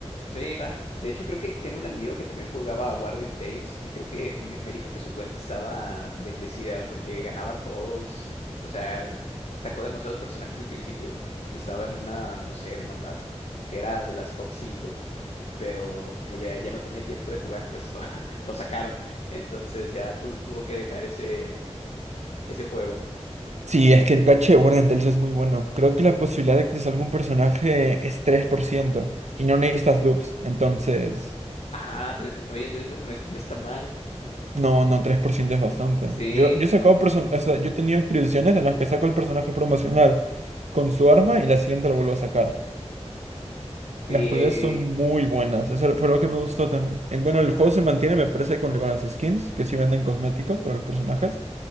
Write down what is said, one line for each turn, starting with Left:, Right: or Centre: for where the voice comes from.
Left: Sí, va. De hecho, creo que tengo un amigo que también jugaba a Guardian Tales y creo que me, me dijo que su cuenta estaba bendecida porque ganaba todos, o sea, sacó demasiados personajes al principio y estaba en una, no sé, hermandad que era de las top 5. pero como ya, ya no tenía tiempo de jugar, pues lo, <laughs> lo sacaron. Entonces ya tu- tuvo que dejar ese, ese juego.
Right: Sí, es que el gacha de Warden Tales es muy bueno. Creo que la posibilidad de que te salga un personaje es 3% y no necesitas dupes, entonces...
Left: Ajá, pues ento- oye, entonces no, no es- no está mal.
Right: No, no, 3% es bastante.
Left: Sí,
Right: Yo, yo he sacado person- o sea, yo he tenido actualizaciones en las que saco el personaje promocional con su arma y la siguiente lo vuelvo a sacar.
Left: y,
Right: Las peleas
Left: eh,
Right: son muy buenas. Eso fue lo que me gustó también. En- bueno,
Left: ajá.
Right: el juego se mantiene, me parece, con, con las skins, que sí venden cosméticos para los personajes.